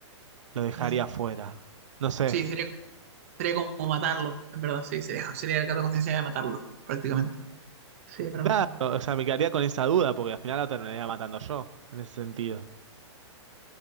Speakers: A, on the right; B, on the right.
A: lo dejaría
B: Mm.
A: afuera. No sé.
B: Sí, sería, sería como matarlo, en verdad, sí, sería, sería cargo de conciencia de matarlo, prácticamente. Sí, es verdad.
A: Claro, o sea, me quedaría con esa duda porque al final lo terminaría matando yo, en ese sentido.